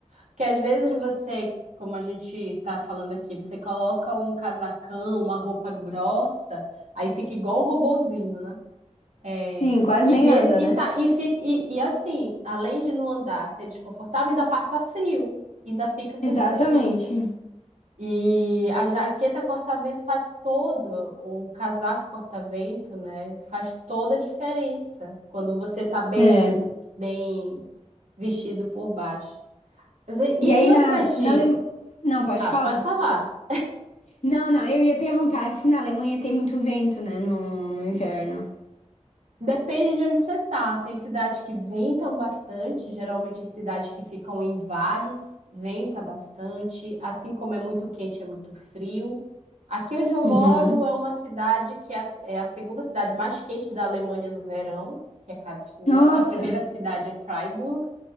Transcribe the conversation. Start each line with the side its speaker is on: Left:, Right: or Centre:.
Right: Porque às vezes você, como a gente está falando aqui, você coloca um casacão, uma roupa grossa, aí fica igual um robozinho, né? É,
Left: Sim, quase
Right: e
Left: nem
Right: mesmo
Left: anda,
Right: e,
Left: né?
Right: tá, e, fica, e, e assim, além de não andar, ser desconfortável, ainda passa frio, ainda fica com
Left: Exatamente.
Right: frio. E a jaqueta corta-vento faz todo, o casaco corta-vento, né? Faz toda a diferença quando você tá bem,
Left: É.
Right: bem vestido por baixo. Mas E, e
Left: E aí
Right: e outras
Left: na,
Right: dicas?
Left: na Ale... Não, pode
Right: Ah, pode
Left: falar.
Right: falar.
Left: Não, não, eu ia perguntar se na Alemanha tem muito vento, né, no, no inverno.
Right: Depende de onde você tá. Tem cidades que ventam bastante, geralmente as cidades que ficam em vales, venta bastante, assim como é muito quente, é muito frio. Aqui onde eu moro
Left: Uhum.
Right: é uma cidade que é a, é a segunda cidade mais quente da Alemanha no verão, que é Karlsruhe.
Left: Nossa,
Right: A primeira cidade é Freiburg,